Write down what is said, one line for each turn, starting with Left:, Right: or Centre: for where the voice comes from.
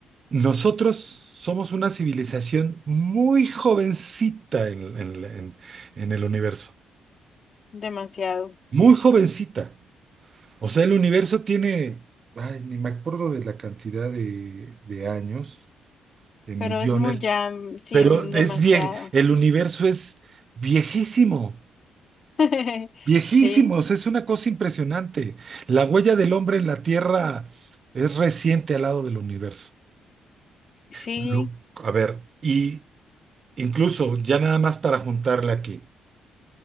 Right: nosotros somos una civilización muy jovencita en, en- en- en el universo,
Left: demasiado,
Right: muy jovencita. O sea, el universo tiene, ay, ni me acuerdo de la cantidad de, de años, de millones,
Left: pero es muy ya, mm, sí,
Right: pero
Left: mm, demasiado.
Right: es bien, el universo es viejísimo.
Left: <laughs>
Right: Viejísimos,
Left: Sí,
Right: es una cosa impresionante. La huella del hombre en la Tierra es reciente al lado del universo.
Left: sí.
Right: Lo- a ver, y incluso ya nada más para juntarle aquí.